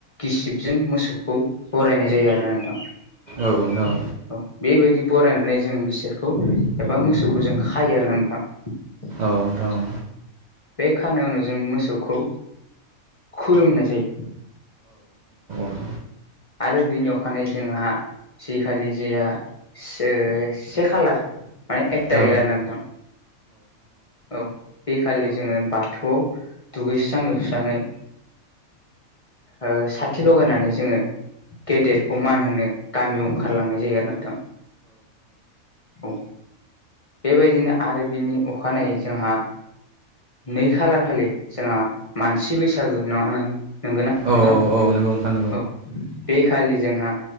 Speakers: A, on the left; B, on the right.
A: गिसिबजों मोसौखौ बरायनाय जायो आरोना नोंथां।
B: औ नोंथां औ।
A: औ बेबायदि ब'रायनानै जों बिसोरखौ एबा मोसौखौ जों खायो आरो ना नोंथां। <inaudible>
B: औ नोंथां औ।
A: बे खानाय उनाव जों मोसौखौ खुलुमनाय जायो।
B: नोंथां औ एक
A: आरो बेनि अखानायै जोंहा जि खालि जिया सो से खालार माने एक
B: थारिख
A: तारिख आरोना नोंथां। औ बेखालि जोङो बाथौआव दुगैस्रां लोबस्राङै ओ साथि लगायनानै जोङो गेदेरखौ मान होनो गामियाव ओंखारलांनाय जायो आरोना नोंथां औ। बेबायदिनो आरो बिनि अखानायै जोंहा नै खालार खालि जोंहा मानसि बैसागो नङा नं नंगौना
B: औ
A: नोंथां?
B: औ नोंथां
A: औ बे खालि जोंहा